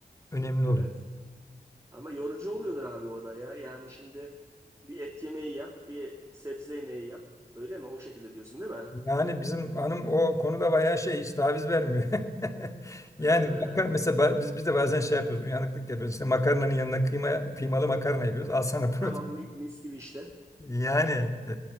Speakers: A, on the left; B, on the right.
A: önemli
B: Evet.
A: oluyor.
B: Ama yorucu oluyordur abi o da ya. Yani şimdi bir et yemeği yap, bir sebze yemeği yap. Öyle mi? O şekilde diyorsun değil mi?
A: Yani bizim hanım o konuda bayağı şey hiç taviz vermiyor. <laughs> Yani
B: Ee,
A: maka- mesela ba- biz biz de bazen şey yapıyoruz, uyanıklık yapıyoruz. İşte makarnanın yanına kıyma kıymalı makarna yapıyoruz. Al sana <laughs> protein.
B: tamam mi- mis gibi işte.
A: Yani e,